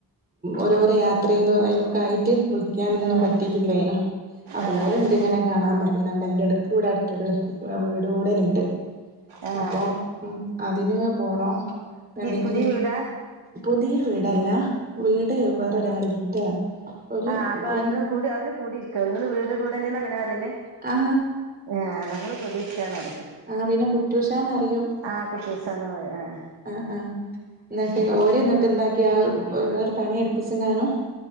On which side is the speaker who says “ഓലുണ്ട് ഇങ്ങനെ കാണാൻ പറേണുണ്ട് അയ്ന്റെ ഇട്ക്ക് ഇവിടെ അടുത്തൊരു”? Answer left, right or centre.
Right